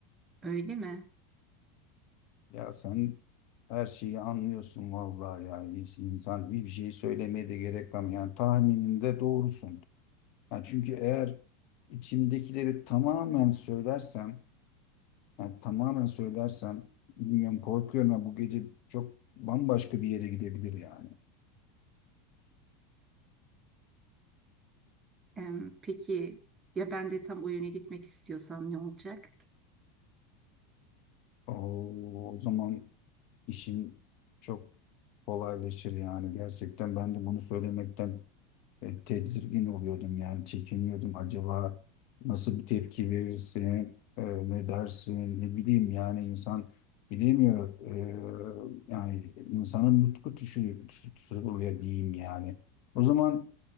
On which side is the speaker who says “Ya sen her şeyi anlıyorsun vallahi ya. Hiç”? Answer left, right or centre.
Left